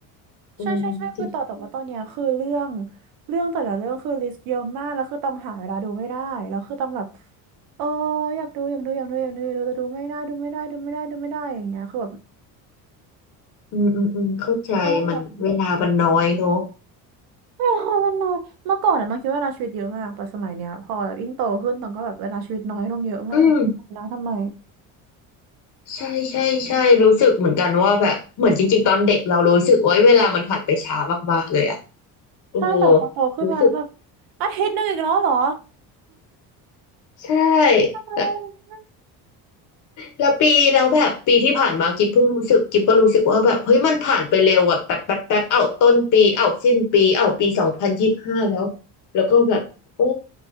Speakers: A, on the left; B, on the right.
A: อืมจริง
B: ใช่ใช่ใช่คือต่อแต่ว่าตอนเนี้ยคือเรื่องเรื่องแต่ละเรื่องคือลิสต์เยอะมากแล้วคือต้องหาเวลาดูไม่ได้แล้วคือต้องแบบเอออยากดูอยากดูอยากดูอยากดูอยากดูแต่ดูไม่ได้ดูไม่ได้ดูไม่ได้ดูไม่ได้อย่างเงี้ยคือแบบ
A: อืมอืมอืมเข้าใจมันเวลามันน้อยเนอะ
B: ก็เวลามันน้อยเมื่อก่อนอะน้องคิดว่าเวลาชีวิตเยอะมากแต่สมัยเนี้ยพอแบบยิ่งโตขึ้นต้องก็แบบเวลาชีวิตน้อยลงเยอะมากนะทำไม
A: อืมใช่ใช่ใช่รู้สึกเหมือนกันว่าแบบเหมือนจริงๆตอนเด็กเรารู้สึกโอ้ยเวลามันผ่านไปช้ามากๆเลยอะเออ
B: ใช่แต่พอโตขึ้นมาแล้วแบบ
A: รู้สึก
B: อาทิตย์หนึงอีกแล้วเหรอ
A: ใช่
B: <laughs> อะไร
A: แล้วปีแล้วแบบปีที่ผ่านมากิ๊บเพิ่งรู้สึกกิ๊บก็รู้สึกว่าแบบเฮ้ยมันผ่านไปเร็วอะแบบแป๊บแป๊บเอาต้นปีเอาสิ้นปีเอาปีสองพันยี่สิบห้าแล้วแล้วก็แบบโอ้